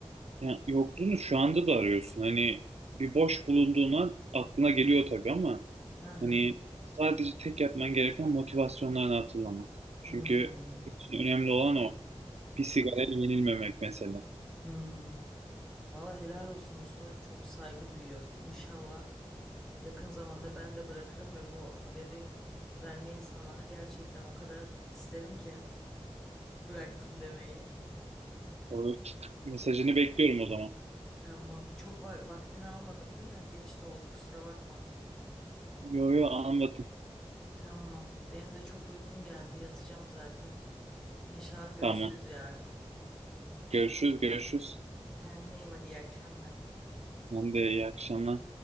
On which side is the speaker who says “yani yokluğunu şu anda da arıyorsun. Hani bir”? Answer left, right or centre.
Right